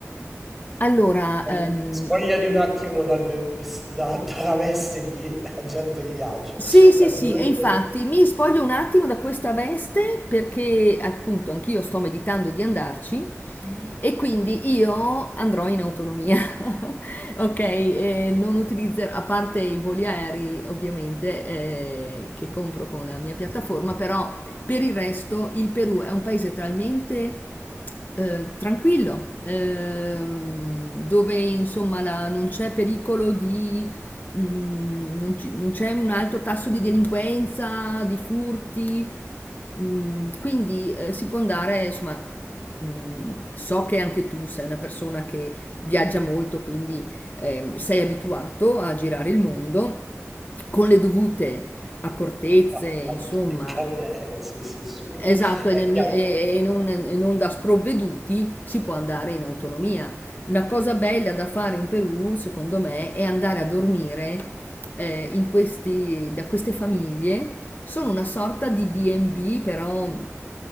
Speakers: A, on the left; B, in the centre.
A: Allora,
B: Spogli-
A: ehm,
B: Spogliati un attimo dal ves- da- dalla veste di agente di viaggio,
A: sì, sì,
B: cioè,
A: sì,
B: di dove...
A: e infatti mi spoglio un attimo da questa veste perché appunto anch'io sto meditando di andarci E quindi io andrò in autonomia, <laughs> ok? E non utilizzerò, a parte i voli aerei ovviamente eh, che compro con la mia piattaforma, però per il resto il Perù è un paese talmente eh, tranquillo, ehm, dove insomma la- non c'è pericolo di... mm, non ci- non c'è un alto tasso di delinquenza, di furti. Mm, quindi eh, si può andare, insomma, mm, so che anche tu sei una persona che viaggia molto, quindi ehm, sei abituato a girare il mondo con le dovute accortezze,
B: <laughs>
A: insomma,
B: cautele, sì, sì, su...
A: Esatto, e,
B: è
A: nemmi-
B: chiaro,
A: e- e non, e non da sprovveduti si può andare in autonomia. Una cosa bella da fare in Perù, secondo me, è andare a dormire eh, in questi, da queste famiglie. Sono una sorta di B&B, però